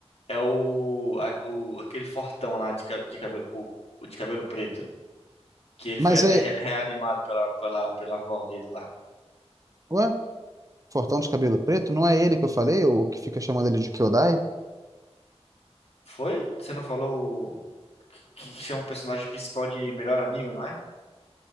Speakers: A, on the left; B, on the right.
A: é o, a- o aquele fortão lá de, ca- de cabelo, o, o de cabelo preto, que ele
B: Mas
A: foi até
B: é.
A: re- reanimado pela, pela, pela avó dele lá.
B: Ué? Fortão de cabelo preto? Não é ele que eu falei, o que fica chamando ele de Kyodai?
A: Foi? Você não falou o... que, que chama o personagem principal de melhor amigo, não é?